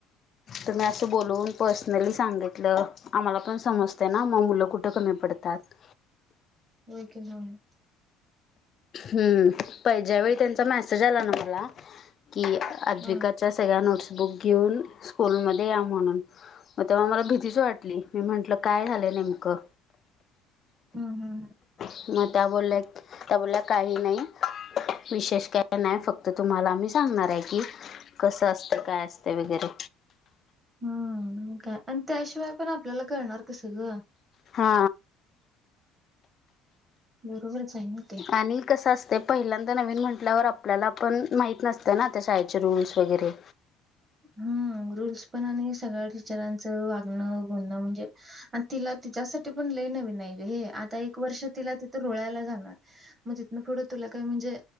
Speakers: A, on the left; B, on the right.
A: तुम्ही असं बोलवून पर्सनली सांगितल. आम्हाला पण समजते ना, मग मुलं कुठं कमी पडतात.
B: होय की <unintelligible>
A: हम्म पण ज्यावेळी त्यांचा मेसेज आला ना मला, की अद्विका.
B: हम्म
A: तुमच्या सगळ्या नोट्सबुक घेऊन. स्कूलमध्ये या म्हणून. म तेव्हा मला भीतीच वाटली, मी म्हंटल काय झालं नेमकं?
B: हम्म हम्म
A: मग त्या बोलल्या त्या बोलल्या काही नाही. विशेष काय नाही फक्त तुम्हाला आम्ही सांगणार आहे की कसं असतं काय असतं वगैरे.
B: हा काय आण त्याशिवाय पण आपल्याला कळणार कसं ग.
A: हा
B: बरोबरच आहे ना ते
A: आणि कसं असतंय ते पहिल्यांदा नवीन म्हटल्यावर आपल्याला पण माहीत नसतं ना ते शाळेचे रूल्स वगैरे.
B: हम्म रुल्स पण आणि सगळ्या टीचरांचं वागणं बोलणं म्हणजे आणि तिला तिच्यासाठी पण लई नवीन आहे ग हे आता एक वर्ष तिला तिथं रुळायला जाणार. मग तिथनं पुढं तुला काय म्हणजे